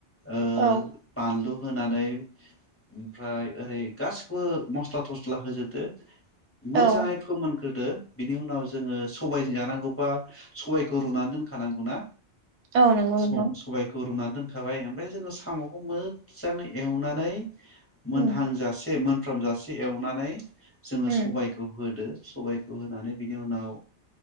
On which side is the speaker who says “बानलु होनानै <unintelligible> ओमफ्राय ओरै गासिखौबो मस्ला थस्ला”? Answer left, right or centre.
Left